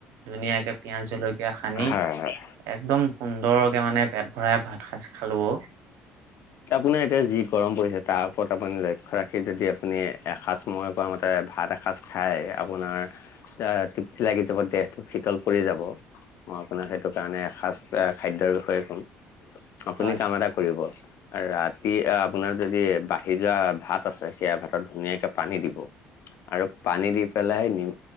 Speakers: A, on the right; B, on the left.
A: ধুনীয়াকে পিয়াঁজ জলকীয়া হানি।
B: হয় হয়
A: একদম সুন্দৰকে মানে পেট ভৰাই ভাত সাজ খালো অঁ।
B: আপোনাৰ এতিয়া যি গৰম পৰিছে তাৰ ওপৰত আপুনি লক্ষ্য ৰাখি যদি আপুনি এসাজ মই কোৱা মতে ভাত এসাজ খাই আপোনাৰ এতিয়া তৃপ্তি লাগি যাব দেহটো শীতল পৰি যাব। মই আপোনাক সেইটো কাৰণে এসাজ এ খাদ্যৰ বিষয়ে কম। আপুনি
A: হয়
B: কাম এটা কৰিব। ৰাতি এয়া আপোনাৰ যদি বাঢ়ি যোৱা ভাত আছে সেয়া ভাতত ধুনীয়াকে পানী দিব।
A: <inaudible>
B: আৰু পানী দি পেলাই নিম